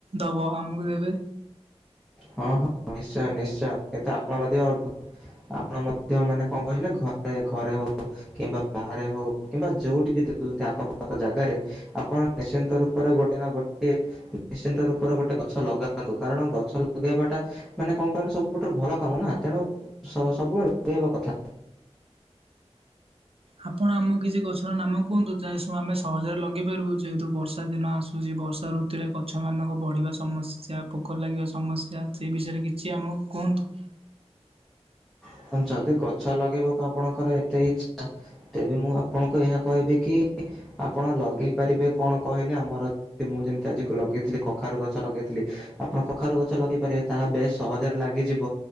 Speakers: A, on the right; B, in the centre.
A: ଦବ ଆମକୁ ଦେବେ
B: ହଁ ହଁ ନିଶ୍ଚୟ ନିଶ୍ଚୟ କିନ୍ତୁ ଆପଣ ମଧ୍ୟ ଆପଣ ମଧ୍ୟ ମାନେ କଁଅ କହିଲେ ଘରେ ଘରେ ହଉ କିମ୍ବା ବାହାରେ ହଉ କିମ୍ବା ଯୋଉଠି ବି ଦେଖୁଚନ୍ତି ଆଖପାଖ ଜାଗାରେ ଆପଣ ନିଶ୍ଚିନ୍ତ ରୂପରେ ଗୋଟେ ନା ଗୋଟିଏ ନିଶ୍ଚିନ୍ତ ରୂପରେ ଗୋଟେ ଗଛ ଲଗାନ୍ତୁ କାରଣ ଗଛ ଲଗେଇବାଟା ମାନେ କଁଅ କହିଲ ସବୁଠାରୁ ଭଲ କାମ ନା ତେଣୁ ସ ସବୁବେଳେ ଲଗେଇବା କଥା
A: ଆପଣ ଆମ କିଛି ଗଛର ନାମ କୁହନ୍ତୁ ଯାହା ସବୁ ଆମେ ସହଜରେ ଲଗେଇ ପାରିବୁ ଯେହେତୁ ବର୍ଷା ଦିନ ଆସୁଚି ବ ର୍ଷା ଋତୁରେ ଗଛମାନଙ୍କ ବଢିବା ସମସ୍ୟା ପୋକ ଲାଗିବା ସମସ୍ୟା ସେହି ବିଷୟରେ କିଛି ଆମକୁ କୁହନ୍ତୁ
B: <unintelligible> ଯଦି ଗଛ ଲଗେଇବାକୁ ଆପଣଙ୍କର ଏତେ ଇଚ୍ଛା ତେବେ ମୁଁ ଆପଣଙ୍କୁ ଏହା କହିବି କି ଆପଣ ଲଗେଇ ପାରିବେ କଣ କହିଲେ ଆମର ଏ ମୁଁ ଯେମିତି ଆଜିକୁ ଲଗେଇଥିଲି କଖାରୁ ଗଛ ଲଗେଇଥିଲି ଆପଣ କଖାରୁ ଗଛ ଲଗେଇ ପାରିବେ ତାହା ବେଶ୍ ସହଜରେ ଲାଗିଯିବ